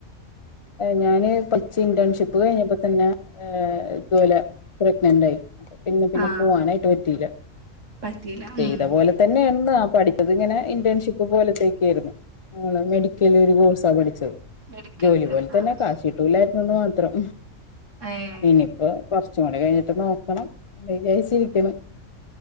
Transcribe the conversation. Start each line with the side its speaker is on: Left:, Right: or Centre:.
Left: ഞാന് ഇന്റേൺഷിപ്പ് കഴിഞ്ഞപ്പോ തന്നെ ഇത് പോലെ പ്രഗ്നന്റ് ആയി പിന്നെ പിന്നെ
Right: ആഹ്
Left: പോവാനായിട്ട് പറ്റിയില്ല
Right: പറ്റീല.
Left: ചെയ്ത
Right: ഉം.
Left: പോലെ തന്നെയാന്ന്, ആ പഠിച്ചത് ഇങ്ങനെ ഇന്റേൺഷിപ്പ് പോലത്തെയക്കെയാരുന്നു. മെഡി ല് ഒരു കോഴ്സാ പഠിച്ചത്,
Right: മെഡിക്കൽന്റെ
Left: ജോലി പോലെ തന്നെ,
Right: ആഹ്
Left: കാശ് കിട്ടൂലായിരുന്നുന്ന് മാത്രം.
Right: ഏഹ്
Left: ഇനിയിപ്പോ കുറച്ചും കൂടി കഴിഞ്ഞിട്ട് നോക്കണം എന്ന് വിചാരിച്ചിരിക്കണ്